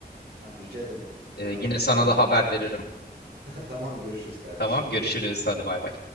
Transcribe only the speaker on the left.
Ee,
yine sana
da haber veririm.
Tamam,
görüşürüz.
Hadi bay bay.